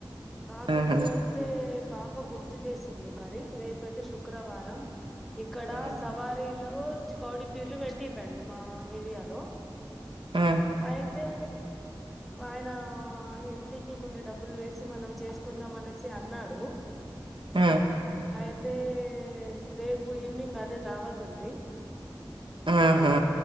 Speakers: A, in the centre; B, on the right.
A: కాకపోతే
B: ఆహా
A: పాప గుర్తు చేసింది మరి రేపయితే శుక్రవారం ఇక్కడ
B: అవునండి
A: సవారీలో కౌడి పీర్లు పెట్టిందండి మా ఏరియాలో
B: ఆ
A: అయితే ఆయన ఇంటికి కొన్ని డబ్బులు వేసి చి మనం చేసుకుందాం అనేసి అన్నాడు
B: ఆహ్
A: అయితే రేపు ఈవినింగ్ అదే దావత్ ఉంది
B: ఉహు హు